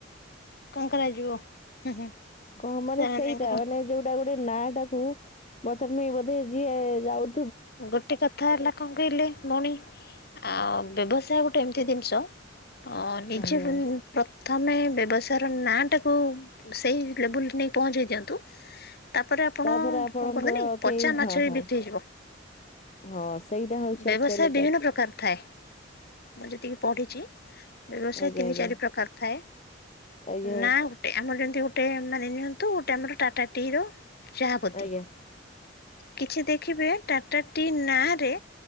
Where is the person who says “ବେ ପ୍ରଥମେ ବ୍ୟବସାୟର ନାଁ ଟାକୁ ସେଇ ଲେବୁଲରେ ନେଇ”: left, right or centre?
Left